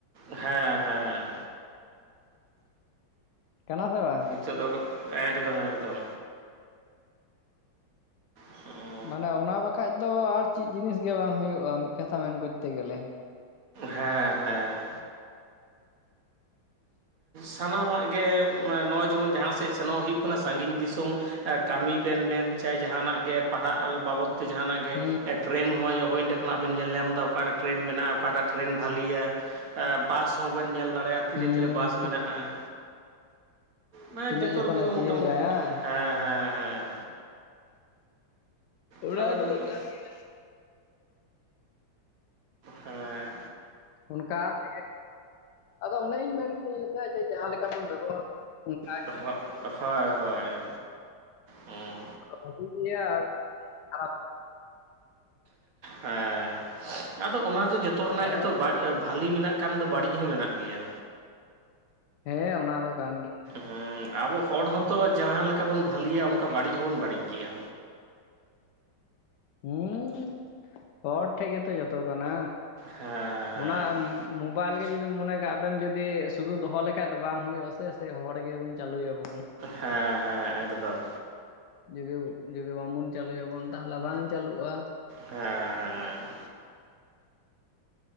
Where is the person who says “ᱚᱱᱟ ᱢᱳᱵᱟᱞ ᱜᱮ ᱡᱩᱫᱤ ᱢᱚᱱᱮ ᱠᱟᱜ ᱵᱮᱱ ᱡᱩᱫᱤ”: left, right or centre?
Left